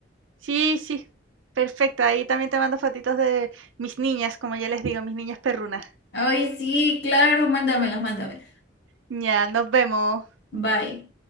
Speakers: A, on the right (about 80°); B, on the left (about 60°).
A: Sí, sí, perfecto. Ahí también te mando fotitos de mis niñas, como yo les digo, mis niñas perrunas.
B: Ay, sí, claro, mándamelas, mándamelas.
A: Ya, nos vemos.
B: Bye.